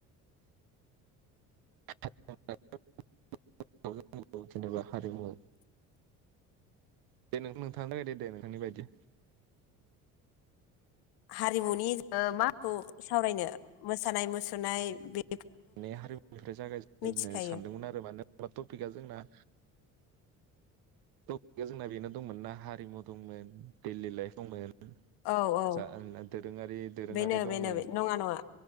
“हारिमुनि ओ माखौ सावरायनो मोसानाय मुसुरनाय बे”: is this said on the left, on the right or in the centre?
Left